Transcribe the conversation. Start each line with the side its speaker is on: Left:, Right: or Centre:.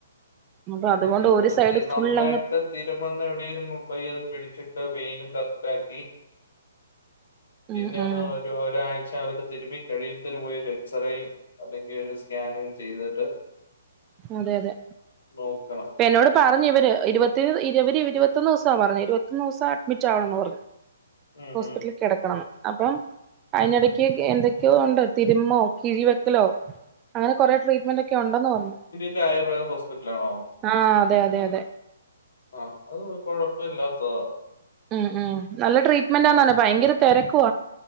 Right: അപ്പൊ അതുകൊണ്ട്
Left: ശരി അത്
Right: ഒരു സൈഡ്
Left: തി നന്നായിട്ട്
Right: ഫുള്ളങ്ങ്
Left: തിരുമെന്ന് എവിടേലും കൊ പോയി അത് പിടിച്ചിട്ട് <unintelligible> <unintelligible>
Right: ഉം
Left: പിന്നെ
Right: ഉം
Left: ഒന്ന് ഒരു ഒരാഴ്ച. തിരുമി കഴിയന് പോയി ഒരു എക്സറേയും അല്ലെങ്കിൽ ഒരു സ്കാനി ചെയ്തിട്ട്.
Right: അതെ അതെ.
Left: നോക്കണം.
Right: ഇപ്പഎന്നോട് പറഞ് ഇവര് ഇരുപത്തി ഇവരവര്. ഇരുപത്തൊന്നൂസ പറഞ്ഞേ ഇരുപത്തൊന്നൂസാ അഡ്മിറ്റാവണം പറഞ്ഞേ.
Left: ഉം,
Right: ഹോസ്പിറ്റലിൽ
Left: ഉം.
Right: കെടക്കണമ്ന്. അപ്പം അയിന്നെടേയ്ക്കൊക്കെ എന്തൊക്കെയോണ്ട് തിരുമ്മോ കിഴിവെക്കലോ. അങ്ങനെ കൊറേ ട്രീറ്റ്മെന്റോക്കെ ഉണ്ടെന്ന് പറഞ്ഞു.
Left: ക്യാ ആയുർവേദ ഹോസ്പിറ്റലിൽ ആണോ
Right: ആഹ് അതെ അതെ അതെ
Left: ആ അത് കുഴപ്പല്ലാത്തതാ
Right: ഉം നല്ല ട്രീറ്റ്മെന്റ് ഭയങ്കര തിരക്ക്